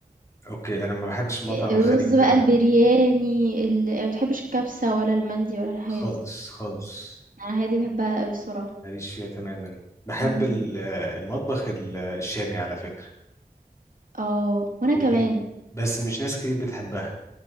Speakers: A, on the left; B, on the right.
A: اوكي انا ما بحبش المطعم
B: آآ
A: الخليجي
B: الرز
A: تماما
B: بقى البرياني ال أنا ما باحبش الكبسة ولا المندي ولا الحاجات
A: خالص
B: دي،
A: خالص
B: أنا الحاجات دي باحبها أوي الصراحة.
A: ماليش فيها تماما بحب
B: إمم.
A: ال- المطبخ ال- الشامي على فكرة
B: آه، وأنا
A: ودي
B: كمان.
A: بس مش ناس كتير بتحبها